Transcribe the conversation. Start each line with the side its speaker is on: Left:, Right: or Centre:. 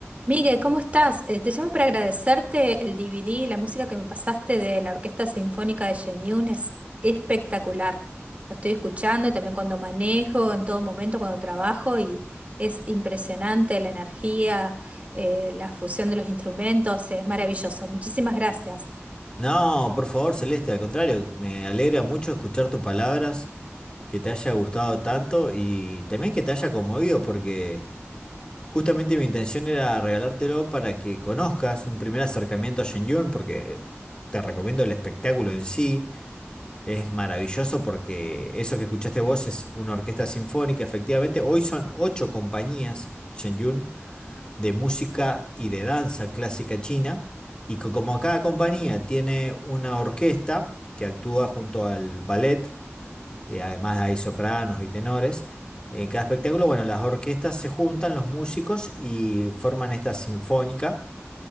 Right: Miguel, ¿cómo estás? Eh, te llamo para agradecerte el DVD, la música que me pasaste de la Orquesta Sinfónica de Shenyun es espectacular. Lo estoy escuchando y también cuando manejo, en todo momento, cuando trabajo y es impresionante la energía, eh, la fusión de los instrumentos, es maravilloso. Muchísimas gracias.
Left: No, por favor, Celeste, al contrario, me alegra mucho escuchar tus palabras, que te haya gustado tanto y también que te haya conmovido, porque justamente mi intención era regalártelo para que conozcas un primer acercamiento a Shenyun, porque te recomiendo el espectáculo en sí, es maravilloso porque eso que escuchaste vos es una orquesta sinfónica, efectivamente, hoy son ocho compañías, Shenyun de música y de danza clásica china. Y co- como cada compañía tiene una orquesta que actúa junto al ballet, y además hay sopranos y tenores, en cada espectáculo, bueno, las orquestas se juntan, los músicos, y forman esta sinfónica